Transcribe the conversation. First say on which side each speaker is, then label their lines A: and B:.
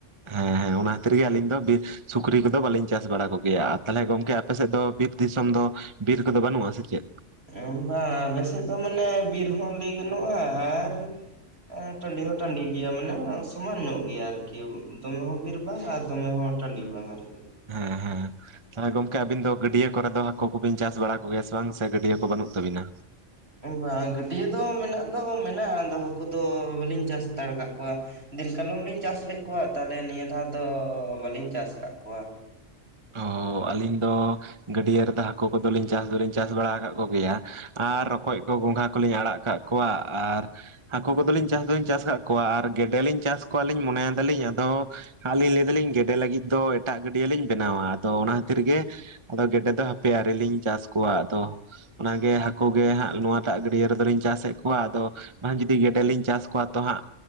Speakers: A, on the right; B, on the right.
A: ᱦᱮ ᱦᱮ ᱚᱱᱟ ᱠᱷᱟᱹᱛᱤᱨ ᱜᱮ ᱟᱹᱞᱤᱧ ᱫᱚ ᱵᱤᱨ ᱥᱩᱠᱨᱤ ᱠᱚᱫᱚ ᱵᱟᱹᱞᱤᱧ ᱪᱟᱥ ᱵᱟᱲᱟ ᱠᱚᱜᱮᱭᱟ ᱟᱨ ᱛᱟᱦᱞᱮ ᱜᱚᱝᱠᱮ ᱟᱯᱮᱥᱮᱫ ᱫᱚ ᱵᱤᱨ ᱫᱤᱥᱚᱢ ᱫᱚ ᱵᱤᱨ ᱠᱚᱫᱚ ᱵᱟᱹᱱᱩᱜ ᱟ ᱥᱮᱪᱮᱜ
B: ᱚ ᱵᱟ ᱟᱞᱮ ᱥᱮᱫ ᱫᱚ ᱢᱟᱱᱮ ᱵᱤᱨ ᱦᱚ ᱞᱟᱹᱭ ᱜᱟᱱᱚᱜᱼᱟ ᱟᱨ ᱟ ᱴᱟᱰᱤ ᱦᱚ ᱴᱟᱰᱤ ᱜᱮᱭᱟ ᱢᱟᱱᱮ ᱥᱚᱢᱟᱱ ᱧᱚᱜ ᱜᱮᱭᱟ ᱟᱨᱠᱤ ᱫᱚᱢᱮ ᱦᱚ ᱵᱤᱨ ᱵᱟᱝ ᱟᱨ ᱫᱚᱢᱮ ᱦᱚᱲ ᱴᱟᱰᱤ ᱵᱟᱝ ᱟᱨᱠᱤ
A: ᱦᱮᱸ ᱦᱮᱸ ᱛᱟᱦᱚᱞᱮ ᱜᱚᱝᱠᱮ ᱟᱵᱤᱱ ᱫᱚ ᱜᱟᱹᱰᱭᱟᱹ ᱠᱚᱨᱮ ᱫᱚ ᱦᱟᱠᱩ ᱠᱚᱵᱤᱱ ᱪᱟᱥ ᱵᱟᱲᱟ ᱠᱚᱜᱮᱭᱟ ᱥᱮ ᱵᱟᱝ ᱥᱮ ᱜᱟᱹᱰᱭᱟᱹ ᱠᱚ ᱵᱟᱹᱱᱩᱜ ᱛᱟᱹᱵᱤᱱᱟ
B: ᱵᱟᱝ ᱜᱟᱹᱰᱭᱟᱹ ᱫᱚ ᱢᱮᱱᱟᱜ ᱫᱚ ᱢᱮᱱᱟᱜᱼᱟ ᱟᱫᱚ ᱦᱟᱹᱠᱩ ᱫᱚ ᱵᱟᱹᱞᱤᱧ ᱪᱟᱥ ᱦᱟᱛᱟᱲ ᱠᱟᱫ ᱠᱚᱣᱟ ᱫᱤᱱ ᱠᱟᱞᱚᱢ ᱞᱤᱧ ᱪᱟᱥ ᱞᱮᱫ ᱠᱚᱣᱟ ᱛᱟᱦᱞᱮ ᱱᱤᱭᱟᱹ ᱫᱷᱟᱣ ᱫᱚ ᱵᱟᱹᱞᱤᱧ ᱪᱟᱥ ᱠᱟᱫ ᱠᱚᱣᱟ
A: ᱚᱻ ᱟᱹᱞᱤᱧ ᱫᱚ ᱜᱟᱹᱰᱭᱟᱹ ᱨᱮᱫᱚ ᱦᱟᱠᱩ ᱠᱚᱫᱚ ᱞᱤᱧ ᱪᱟᱥ ᱫᱚᱞᱤᱧ ᱪᱟᱥ ᱵᱟᱲᱟ ᱟᱠᱟᱫ ᱠᱚᱜᱮᱭᱟ ᱟᱨ ᱨᱚᱠᱚᱡ ᱠᱚ ᱜᱚᱸᱜᱷᱟ ᱠᱚᱞᱤᱧ ᱟᱲᱟᱜ ᱠᱟᱜ ᱠᱚᱣᱟ ᱟᱨ ᱦᱟᱹᱠᱩ ᱠᱚᱫᱚᱞᱤᱧ ᱪᱟᱥ ᱫᱚᱞᱤᱧ ᱪᱟᱥ ᱟᱠᱟᱫ ᱠᱚᱣᱟ ᱟᱨ ᱜᱮᱰᱮ ᱞᱤᱧ ᱪᱟᱥ ᱠᱚᱣᱟ ᱞᱤᱧ ᱢᱚᱱᱮ ᱭᱮᱫᱟᱞᱤᱧ ᱟᱫᱚ ᱟᱨᱞᱤᱧ ᱞᱟᱹᱭ ᱫᱟᱞᱤᱧ ᱜᱮᱰᱮ ᱞᱟᱹᱜᱤᱫ ᱫᱚ ᱮᱴᱟᱜ ᱜᱟᱹᱰᱭᱟᱹ ᱞᱤᱧ ᱵᱮᱱᱟᱣᱟ ᱟᱫᱚ ᱚᱱᱟ ᱠᱷᱟᱹᱛᱤᱨ ᱜᱮ ᱟᱫᱚ ᱜᱮᱰᱮ ᱫᱚ ᱦᱟᱯᱮ ᱟᱣᱨᱤ ᱞᱤᱧ ᱪᱟᱥ ᱠᱚᱣᱟ ᱟᱫᱚ ᱚᱱᱟᱜᱮ ᱦᱟᱹᱠᱩ ᱜᱮ ᱦᱟᱸᱜ ᱱᱚᱣᱟᱴᱟᱜ ᱜᱟᱹᱰᱭᱟᱹ ᱨᱮᱫᱚᱞᱤᱧ ᱪᱟᱥᱮᱫ ᱠᱚᱣᱟ ᱟᱫᱚ ᱢᱟ ᱡᱩᱫᱤ ᱜᱮᱰᱮ ᱞᱤᱧ ᱪᱟᱥ ᱠᱚᱣᱟ ᱛᱚ ᱦᱟᱸᱜ